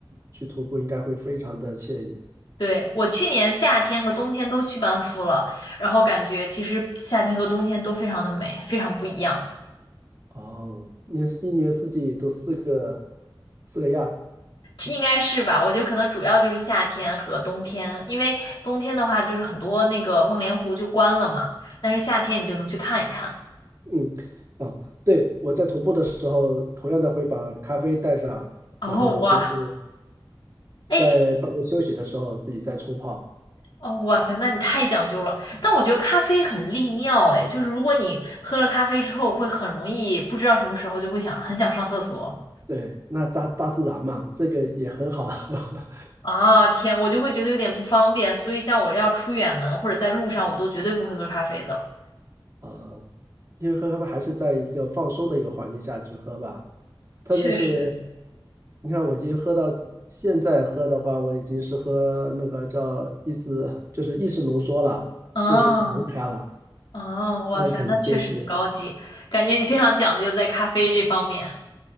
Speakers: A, on the right (about 40°); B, on the left (about 65°).
A: 去徒步，应该会非常的惬意。
B: 对，我去年夏天和冬天都去班夫了，然后感觉其实夏天和冬天都非常的美，非常不一样。
A: 哦，你一年四季都四个四个样，
B: 应该是吧？我觉得可能主要就是夏天和冬天，因为冬天的话就是很多那个梦莲湖就关了嘛，但是夏天你就能去看一看。
A: 嗯，啊，对，我在徒步的时候，同样的会把咖啡带上，
B: 哦哇，
A: 然后我都是
B: 哎，
A: 在半路休息的时候自己再冲泡。
B: 哦哇塞，那你太讲究了。但我觉得咖啡很利尿，哎，就是如果你喝了咖啡之后，会很容易不知道什么时候就会想很想上厕所。
A: 对，那大大自然嘛，这个也很好。<laughs>
B: 啊天，我就会觉得有点不方便，所以像我要出远门或者在路上，我都绝对不会喝咖啡的。
A: 呃，因为喝咖啡还是在一个放松的一个环境下去喝吧，特别是
B: 确实，
A: 你看，我已经喝到现在喝的话，我已经是喝那个叫意思就是意识浓缩了，
B: 啊。
A: 就是纯咖了，
B: 哦，哇塞，
A: 那肯定就是
B: 那确实很高级，感觉你非常讲究在咖啡这方面。